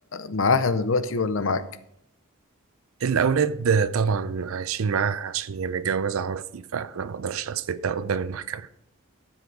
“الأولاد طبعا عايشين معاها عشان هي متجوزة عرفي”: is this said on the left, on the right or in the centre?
Right